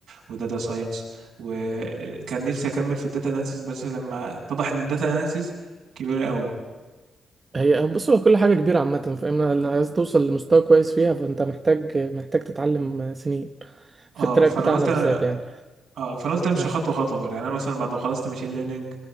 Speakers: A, on the right (about 75°); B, on the right (about 35°).
A: وداتا ساينس وكان نفسي اكمل في الداتا اناليسيس بس لما اتضح ان الداتا اناليسيس كبيرة قوي
B: هي بص هو كل حاجة كبيرة عامة فاما لو عايز توصل لمستوى كويس فيها فانت محتاج محتاج تتعلم سنين في
A: اه
B: التراك
A: فانا
B: بتاعنا
A: قلت انا
B: بالذات يعني
A: اه فانا قلت امشي
B: اه
A: خطوه خطوه بقى. يعني انا مثلا بعد ما خلصت ماشين ليرنينج